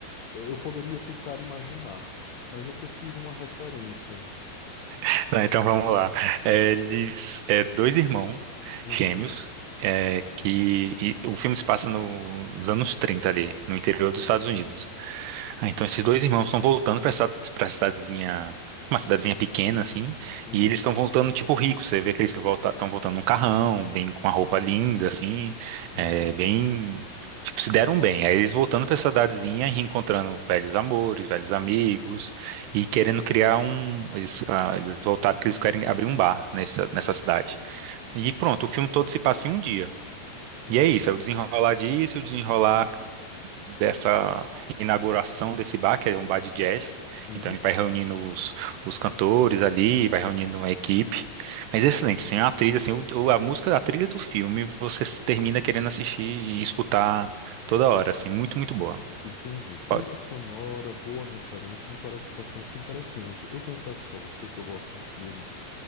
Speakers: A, on the left; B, on the right.
A: eu poderia tentar imaginar, mas eu prefiro uma referência.
B: <laughs> Não, então vamos lá. É, eles, é, dois irmãos
A: Uhum,
B: gêmeos, é, que e o filme se passa no- nos anos 30 ali, no interior dos Estados Unidos. Ah, então esses dois irmãos estão voltando para essa para cidadezinha, uma cidadezinha pequena assim,
A: uhum,
B: e eles estão voltando tipo ricos. Você vê que eles estão volta, tão voltando num carrão, bem com uma roupa linda assim,
A: uhum,
B: é, bem tipo se deram bem. Aí eles voltando para essa cidadezinha e reencontrando velhos amores, velhos amigos e querendo criar um, eles, ah, eles voltaram que eles querem abrir um bar nessa
A: uhum.
B: nessa cidade.
A: uhum.
B: E pronto, o filme todo se passa em um dia.
A: Entendi.
B: E é isso, é o desenrolar disso, o desenrolar dessa inauguração desse bar, que é um bar de jazz.
A: Uhum,
B: Então ele vai reunindo os, os cantores ali, vai reunindo uma equipe.
A: uhum.
B: Mas é excelente, sem a trilha, assim, o- o- a música, a trilha do filme, você s- termina querendo assistir e escutar toda hora, assim, muito, muito boa.
A: Entendi. Trilha
B: Ó,
A: sonora, boa referência, me parece bastante interessante. Eu confesso pra você que eu gosto de filmes